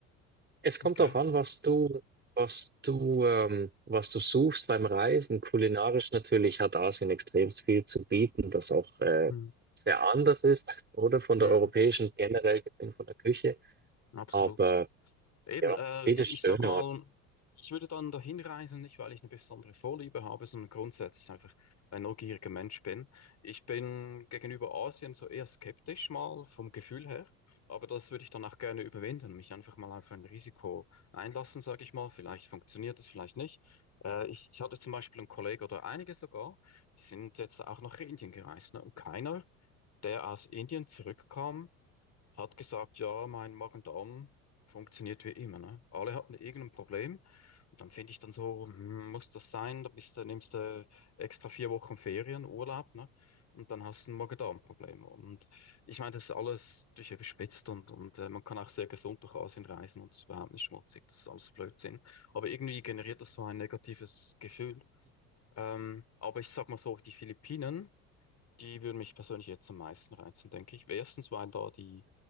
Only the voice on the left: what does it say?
Okay.
Mhm.
Mhm.
Absolut.
Eben,
äh,
ich,
ich sag mal,
ich würde dann dahin reisen, nicht weil ich eine besondere Vorliebe habe, sondern grundsätzlich einfach ein neugieriger Mensch bin. Ich bin gegenüber Asien so eher skeptisch mal vom Gefühl her, aber das würde ich dann auch gerne überwinden, mich einfach mal auf ein Risiko einlassen, sage ich mal. Vielleicht funktioniert es, vielleicht nicht. Äh, ich, ich hatte zum Beispiel einen Kollegen oder einige sogar, die sind jetzt auch nach Indien gereist, ne? Und keiner, der aus Indien zurückkam, hat gesagt, ja, mein Magen-Darm funktioniert wie immer, ne? Alle hatten irgendein Problem. Und dann finde ich dann so, hm, muss das sein? Da bist du, nimmst du extra vier Wochen Ferien, Urlaub, ne? Und dann hast du ein Magen-Darm-Problem. Und ich meine, das ist alles durch überspitzt und, und äh, man kann auch sehr gesund durch Asien reisen und es ist überhaupt nicht schmutzig. Das ist alles Blödsinn. Aber irgendwie generiert das so ein negatives Gefühl. Ähm, aber ich sag mal so, die Philippinen, die würden mich persönlich jetzt am meisten reizen, denke ich. Erstens, weil da die